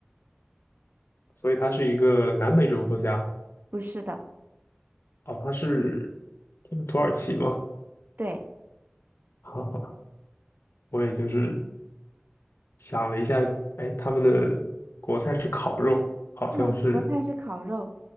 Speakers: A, on the left (about 90°); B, on the right (about 55°).
A: 所以它是一个南美洲国家
B: 不是的，
A: 哦，它是它是土耳其吗？
B: 对
A: 哈哈，我也就是想了一下，哎，他们的国菜是烤肉，好像是
B: 对，国菜是烤肉，